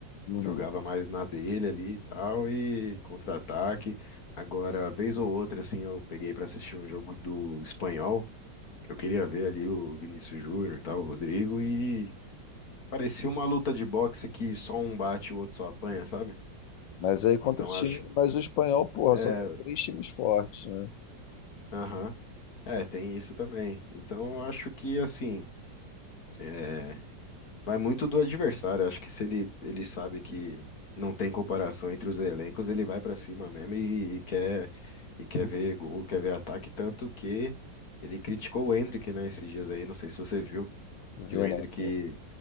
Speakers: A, on the left; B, on the left.
A: Uhum.
B: Jogava mais na dele ali e tal, e contra-ataque. Agora, vez ou outra, assim, eu peguei pra assistir um jogo do espanhol. Eu queria ver ali o Vinícius Júnior, tal, o Rodrigo, e parecia uma luta de boxe que só um bate e o outro só apanha, sabe?
A: Mas aí contra
B: Então
A: o time,
B: acho.
A: mas o espanhol, porra,
B: É,
A: só tem três times fortes, né?
B: aham. É, tem isso também. Então eu acho que, assim. é, Vai muito do adversário. Acho que se ele, ele sabe que não tem comparação entre os elencos, ele vai pra cima mesmo e, e quer e quer ver gol, quer ver ataque, tanto que ele criticou o Endrick, né, esses dias aí, não sei se você viu,
A: Vendo.
B: que o Endrick,